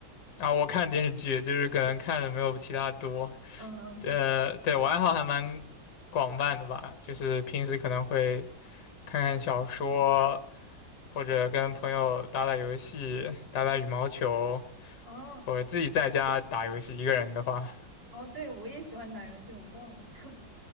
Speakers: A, on the left (about 60°); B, on the right (about 25°).
A: 啊，我看电视剧就是可能看的没有其他多，
B: 嗯嗯，
A: 呃，对，我爱好还蛮广泛的吧，就是平时可能会看看小说，或者跟朋友打打游戏，打打羽毛球，
B: 哦
A: 或者自己在家打游戏，一个人的话。
B: 哦，对，我也喜欢打游戏，我忘了。<laughs>